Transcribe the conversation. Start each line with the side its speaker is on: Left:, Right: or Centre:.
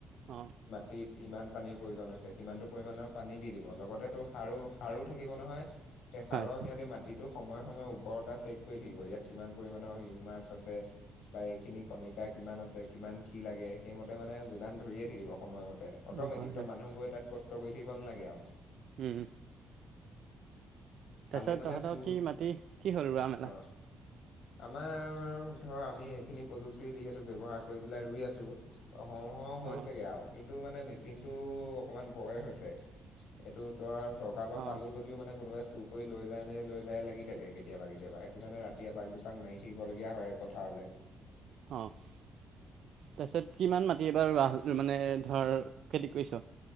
Right: অঁ
Left: তিত ইমান পানীৰ প্ৰয়োজন হৈছে সিমানটো পৰিমাণৰ পানী দি দিব লগতে তোৰ সাৰো সাৰো থাকিব নহয় সেই সাৰৰ
Right: হয়
Left: সিহঁতি মাটিটো সময়ে সময়ে উৰ্বৰতা চেক কৰি থাকিব ইয়াত কিমান পৰিমণৰ হিউমাছ আছে বা এইখিনি কণিকা কিমান আছে কিমান কি লাগে সেইমতে মানে যোগান ধৰিয়ে থাকিব সময়মতে অট'মেটিকটো
Right: অঁ হয় হয়
Left: মানুহ গৈ তাত কষ্ট কৰি থাকিব নালাগে আৰু
Right: উম উম
Left: খালী
Right: তাৰপিছত
Left: মানে
Right: তহঁতৰ
Left: চুৰ
Right: কি মাটি কি সৰু ৰুৱা মেলা
Left: অ' আমাৰ ধৰ আমি এইখিনি প্ৰযুক্তি যিহেতু ব্যৱহাৰ কৰি পেলাই ৰুই আছো হওঁ হওঁ হৈছেগে
Right: অঁ
Left: আৰু কিন্তু মানে মেচিনটো অকণমান ভয় হৈছে এইটো তই চৰকাৰৰ পৰা
Right: অঁ
Left: পালোঁ যদি মানে কোনোবাই চুৰ কৰি লৈ যায় নে লৈ যায় লাগি থাকে কেতিয়াবা কেতিয়াবা সেইটো কাৰণে ৰাতি এপাক এপাক মাৰি থাকিবলগীয়া হয় পথাৰলৈ
Right: অঁ তাৰপিছত কিমান মাটি এবাৰ মানে ধৰ খেতি কৰিছ